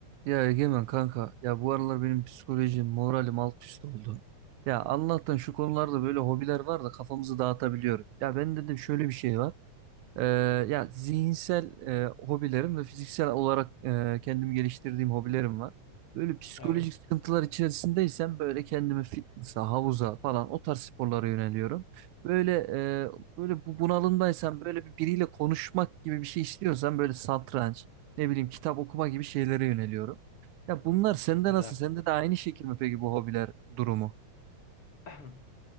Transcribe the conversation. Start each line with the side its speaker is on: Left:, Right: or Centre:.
Right: Ya Egemen kanka ya bu aralar benim psikolojim moralim alt üst oldu. Ya Allah'tan şu konularda böyle hobiler var da kafamızı dağıtabiliyoruz. Ya ben dedim şöyle bir şey var. Ee, ya zihinsel e, hobilerim ve fiziksel olarak e, kendimi geliştirdiğim hobilerim var. Böyle psikolojik
Left: Evet.
Right: sıkıntılar içerisindeysem böyle kendimi fitness'a, havuza falan o tarz sporlara yöneliyorum. Böyle e, böyle bu bunalımdaysam böyle bir biriyle konuşmak gibi bir şey istiyorsam böyle satranç, ne bileyim kitap okuma gibi şeylere yöneliyorum. Ya bunlar sende
Left: Güzel.
Right: nasıl? Sende de aynı şekil mi peki bu hobiler durumu?
Left: <clears throat>